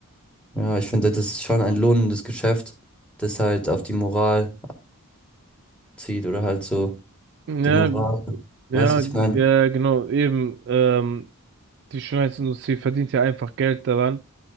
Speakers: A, in the centre; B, on the right.
A: Ja, ich finde, das ist schon ein lohnendes Geschäft, das halt auf die Moral abzieht oder halt so
B: Ja,
A: die Moral,
B: ja,
A: weißt du, was ich meine?
B: ja, genau, eben. Ähm, die Schönheitsindustrie verdient ja einfach Geld daran,